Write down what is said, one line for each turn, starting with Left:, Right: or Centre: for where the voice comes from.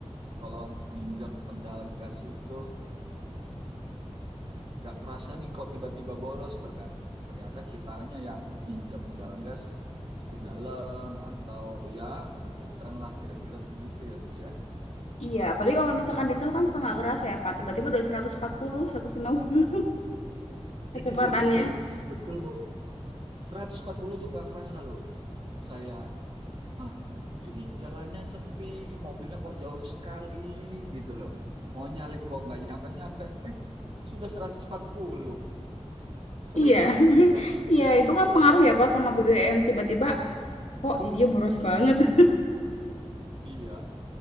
Right: kalau nginjak pedal gas itu nggak kerasa nih kok tiba-tiba boros terga- ternyata kitanya yang injak pedal gas cukup dalam atau ya kebetulan lah kira-kira begitu ya Bu ya.
Left: Iya, apalagi kalau misalkan di tol kan suka nggak kerasa ya, Pak, tiba-tiba udah seratus seratus empat puluh, seratus lima puluh kecepatannya.
Right: Iya <laughs> betul, betul Bu. 140 tuh nggak kerasa loh saya. Ah, ini jalannya sepi, mobilnya kok jauh sekali gitu loh. Mau nyalip kok nggak nyampe-nyampe. Eh, sudah 140. Sering
Left: Iya,
Right: loh
Left: <laughs>
Right: saya seperti
Left: iya
Right: itu.
Left: itu kan pengaruh ya, Pak, sama BBM, tiba-tiba kok jadinya boros banget. <laughs>
Right: Iya.